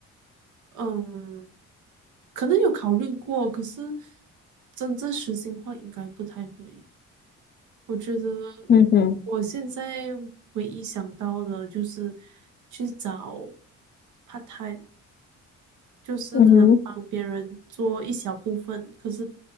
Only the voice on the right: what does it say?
嗯，可能有考虑过，可是真正实行化应该不太会。我觉得
我现在唯一想到的就是去找 part time。就是可能帮别人做一小部分，
可是